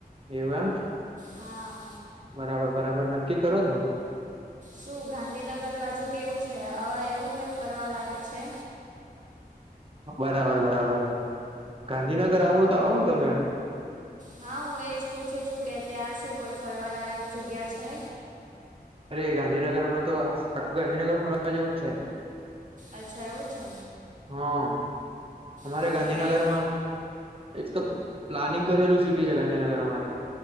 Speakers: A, on the right (about 35°); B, on the right (about 50°).
A: એવું એમ
B: હા
A: બરાબર બરાબર નક્કી કરો તો
B: શું ગાંધીનગર બાજુ કેવું છે હવે એવું કંઈ ફરવાલાયક છે
A: હ બરાબર બરાબર ગાંધીનગર આવો તો આવો તમે
B: હા હું એજ પૂછું છું કે ત્યાં શું કોઈ ફરવાલાયક જગ્યા છે
A: અરે ગાંધીનગર માં તો આખું ગાંધીનગર ફરવા જેવું જ છે
B: અચ્છા એવું છે
A: હા અમારે
B: હા
A: ગાંધીનગરમાં
B: કંઈક
A: એક તો પ્લાનિંગ કરેલું સિટી છે ગાંધીનગર અમારે